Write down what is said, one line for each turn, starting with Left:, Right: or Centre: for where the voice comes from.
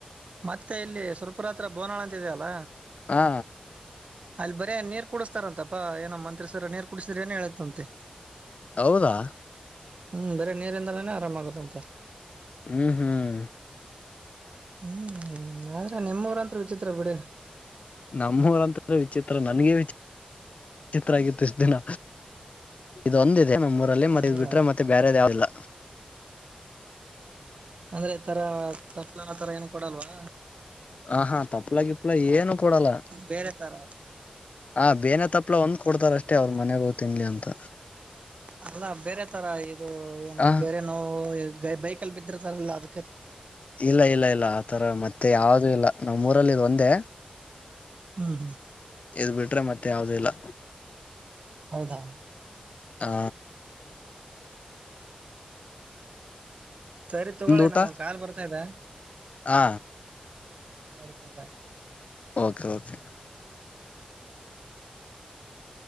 Right: ಮತ್ತೆ ಇಲ್ಲಿ ಸುರಪುರ್ ಅತ್ರ ಬೋನಾಳ ಅಂತ ಇದೆಯಲ್ಲ
Left: ಹಾ
Right: ಅಲ್ಲಿ ಬರೇ ನೀರ್ ಕುಡಸ್ತಾರಂತಪ್ಪಾ ಏನ ಮಂತ್ರಿಸರ ನೀರ್ ಕುಡಿಸಸಿದ್ರೆ ಏನ್ ಹೇಳತಂತೆ
Left: ಹೌದಾ
Right: ಹ್ಮ್ ಬರೆ ನೀರಿಂದಲನೆ ಆರಾಮ ಆಗುತ್ತ ಅಂತೆ
Left: ಹ್ಮ್ ಹ್ಮ್
Right: ಹ್ಮ್ ಆದ್ರೆ ನಿಮ್ಮವ್ರಂತ ವಿಚಿತ್ರ ಬಿಡಿ
Left: ನಮ್ಮೂರಂತ್ರ ವಿಚಿತ್ರ ನನಗೇ ವಿಚಿತ್ರ ವಿ ಚಿತ್ರ ಆಗತ್ತುಷ್ಟ ದಿನ ಇದೊಂದು ನಮ್ಮ್ ಊರಲ್ಲಿ ಮತ್ತೆ
Right: ಹೌದಾ
Left: ಇದ್ ಬಿಟ್ರೆ ಮತ್ತೆ ಬೇರೆದ ಯಾವ್ದಿಲ್ಲ
Right: ಅಂದ್ರೆ ಈ ತರ ತಪ್ಲ ತರ ಏನು ಕೊಡಲ್ವಾ
Left: ಹ ಹಾ ತಪ್ಲ ಕಿಪ್ಲ ಏನು ಕೊಡಲ್ಲ
Right: ಬೇರೆ ತರ
Left: ಹ ಬೇನೆ ತಪ್ಲ ಒಂದ್ ಕೊಡ್ತಾರಷ್ಟೇ ಅವ್ರ ಮನೆಗ ಹೋಗ್ ತಿನ್ಲಿ ಅಂತ
Right: ಅಲ್ಲ ಬೇರೆ ತರ ಇದು ಏನು
Left: ಹ
Right: ಬೇರೆ ನೋವು ಬೈಕಲ್ಲಿ ಬಿದ್ದಿರ್ತಾರಲ್ಲ ಅದ
Left: ಇಲ್ಲ ಇಲ್ಲ ಇಲ್ಲ ಆತರ ಮತ್ತೆ ಯಾವ್ದು ಇಲ್ಲ ನಮ್ಮ್ ಊರಲ್ಲಿ ಇದ ಒಂದೇ
Right: ಹ್ಮ್ ಹ್ಮ್
Left: ಇದು ಬಿಟ್ರೆ ಮತ್ತೆ ಯಾವದ ಇಲ್ಲ
Right: ಹೌದಾ..
Left: ಹಾ.
Right: ಸರಿ ತಗೋಳೆ
Left: ಊಟ
Right: ನಂಗ ಒಂದು ಕಾಲ್ ಬರ್ತಾ ಇದೆ
Left: ಹ
Right: ಸರಿ ತಬಾಯ್
Left: ಓಕೆ ಓಕೆ